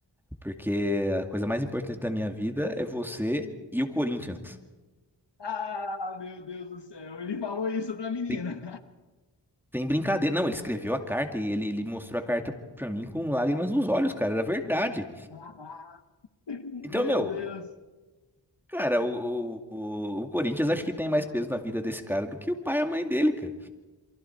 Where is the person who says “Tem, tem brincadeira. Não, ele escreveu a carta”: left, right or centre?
Centre